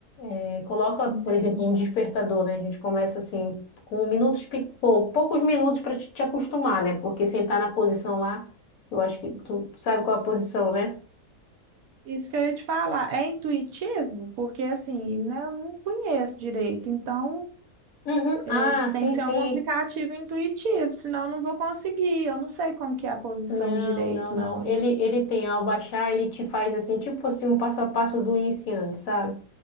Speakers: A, on the left; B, on the right.
A: é, Coloca,
B: entendi.
A: por exemplo, um despertador, né? A gente começa assim com minutos, pe- pou- poucos minutos para te te acostumar, né? Porque sentar na posição lá, eu acho que tu sabe qual é a posição, né?
B: Isso que eu ia te falar, é intuitivo? Porque assim, né, eu não conheço direito, então
A: Uhum. Ah,
B: Isso
A: sim,
B: Tem que ser
A: sim.
B: um aplicativo intuitivo, senão eu não vou conseguir. Eu não sei como que é a posição
A: Não,
B: direito,
A: não,
B: não.
A: não. Ele,
B: Já-
A: ele tem, ao baixar, ele te faz assim, tipo assim, um passo a passo do iniciante, sabe?